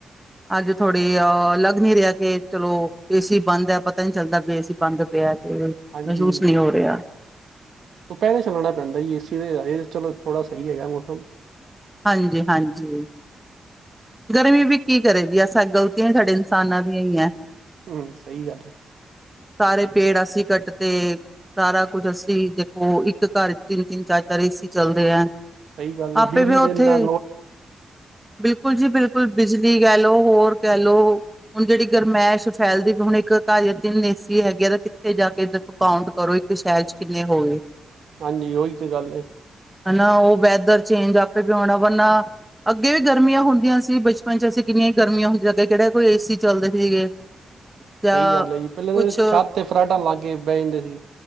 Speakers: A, in the centre; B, on the right.
A: ਅੱਜ ਥੋੜ੍ਹੀ ਅਹ ਲੱਗ ਨਹੀਂ ਰਿਹਾ ਕਿ ਚਲੋ ਏਸੀ ਬੰਦ ਹੈ ਪਤਾ ਨੀ ਚੱਲਦਾ ਵੀ ਏਸੀ ਬੰਦ ਪਿਆ। ਤੇ ਮਹਿਸੂਸ
B: ਹਾਂਜੀ,
A: ਨਹੀਂ ਹੋ ਰਿਹਾ
B: ਦੁਪਹਿਰੇ ਚੱਲਣਾ ਪੈਂਦਾ ਏ ਸੀ ਤੇ ਆਏ ਚਲੋ ਥੋੜ੍ਹਾ ਸਹੀ ਹੈਗਾ ਮੌਸਮ
A: ਹਾਂਜੀ-ਹਾਂਜੀ, ਗਰਮੀ ਵੀ ਕੀ ਕਰੇ ਜੀ ਅਸਲ ਗਲਤੀਆਂ ਸਾਡੇ ਇਨਸਾਨਾਂ ਦੀਆਂ ਹੀ ਹੈ।
B: ਹੂੰ ਸਹੀ ਗੱਲ ਏ।
A: ਸਾਰੇ ਪੇੜ ਅਸੀਂ ਕੱਟ ਤੇ ਸਾਰਾ ਕੁਝ ਅਸੀਂ ਦੇਖੋ ਇੱਕ ਘਰ ਤਿੰਨ-ਤਿੰਨ, ਚਾਰ-ਚਾਰ, ਏਸੀ ਚੱਲਦੇ ਹੈ।
B: ਸਹੀ ਗੱਲ ਹੈ
A: ਆਪੇ
B: ਬਿਜਲੀ
A: ਵੀ ਉੱਥੇ
B: ਤੇ ਇੰਨਾ
A: ਬਿਲਕੁਲ ਜੀ ਬਿਲਕੁਲ ਬ ਬਿਜਲੀ ਕਹਿ ਲਓ ਹੋਰ ਕਹਿ ਲਓ, ਹੁਣ ਜਿਹੜੀ ਗਰਮਾਇਸ਼ ਫੈਲਦੀ ਵੀ ਹੁਣ ਇੱਕ ਘਰ ਤਿੰਨ ਏਸੀ ਹੈਗੇ, ਆ ਤਾਂ ਕਿੱਥੇ ਜਾ ਕੇ ਦੇਖੋ ਕਾਊਂਟ ਕਰੋ ਇੱਕ ਸ਼ਹਿਰ ਚ ਕਿੰਨੇ ਹੋ ਗਏ।
B: ਹਾਂਜੀ ਉਹੀ ਤੇ ਗੱਲ,
A: ਹਨਾ ਉਹ ਵੈਦਰ ਚੇਂਜ <unintelligible> ਅੱਗੇ ਵੀ ਗਰਮੀਆਂ ਹੁੰਦੀਆਂ ਸੀ ਬਚਪਨ ਚ ਅਸੀਂ ਕਿੰਨੀਆਂ ਗਰਮੀਆਂ ਹੁੰਦੀਆਂ ਸੀ, ਅੱਗੇ ਕਿਹੜੇ ਕੋਈ ਏ ਸੀ ਚੱਲਦੇ ਸੀਗੇ। ਜਾਂ
B: ਸਹੀ ਗੱਲ ਹੈ ਜੀ ਪਹਿਲਾਂ ਤਾਂ
A: ਕੁਛ
B: ਛੱਤ ਤੇ ਫਰਾਟਾ ਲਾ ਕੇ ਬਹਿ ਜਾਂਦੇ ਸੀ।